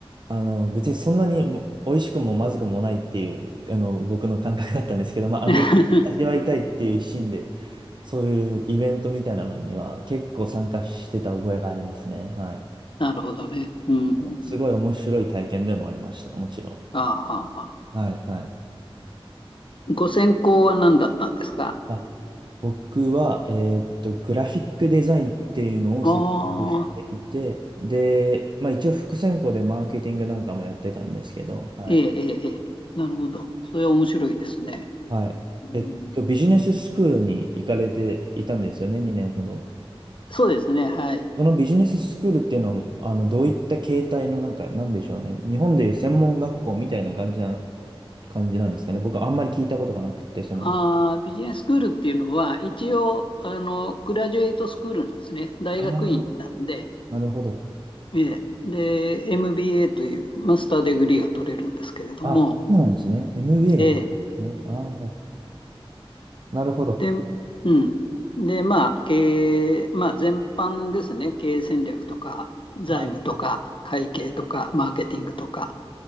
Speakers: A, on the right; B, on the left.
A: あ、あの、別にそんなにも美味しくもまずくもないっていう、あの、僕の感覚だったんですけど、まあ、アメリカ味わいたいっていう一心で、
B: <laughs>
A: そういうイベントみたいなのには結構参加してた覚えがありますね。はい。
B: なるほどね。うんうんうん
A: すごい面白い体験でもありました。もちろん。
B: ああ、はあ、はあ
A: はい、はい。
B: ご専攻は何だったんですか
A: あ僕は、えーっと、グラフィックデザインっていうのを専攻していて、
B: ああ、
A: で、まあ一応副専攻でマーケティングなんかもやってたんですけど、はい。
B: ええ、ええ、ええなるほど。それは面白いですね。
A: はい。
B: うん、
A: えっと、ビジネススクールに行かれていたんですよね、2年ほど。
B: そうですね、はい。
A: そのビジネススクールっていうのは、あの、どういった形態のなんか、なんでしょうね。日本でいう専門学校みたいな感じな、感じなんですかね。僕はあんまり聞いたことがなくて、その、
B: ああ、ビジネススクールっていうのは、一応、あの、グラジュエイトスクールなんですね。大学院なんで、
A: ああ、なるほど。
B: ええ、で、MBA というマスターデグリーが取れるんですけれども、
A: あ、そうなんですね。MBA
B: え
A: が取れるんですね。ああ、はい。なるほど。
B: で、うん。で、まあ、経営、まあ、全般ですね。経営戦略とか、財務とか、
A: はい。
B: 会計とか、マーケティングとか、